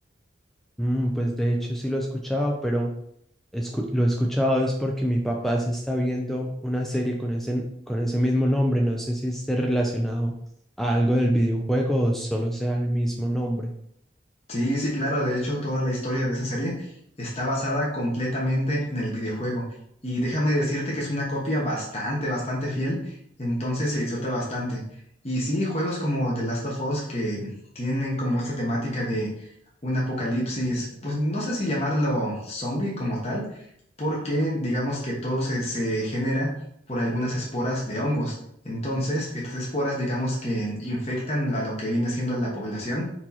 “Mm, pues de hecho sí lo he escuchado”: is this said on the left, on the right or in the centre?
Centre